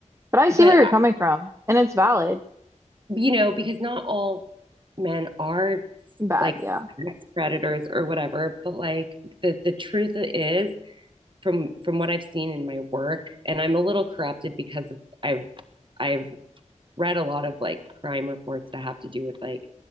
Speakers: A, on the right (about 20°); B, on the right (about 40°).
A: But I see
B: but,
A: where you're
B: I-
A: coming from, and it's valid.
B: you know, because not all men are
A: Bad,
B: like
A: yeah.
B: sex predators or whatever, but like the, the truth is from, from what I've seen in my work, and I'm a little corrupted because I've, I've read a lot of like crime reports that have to do with like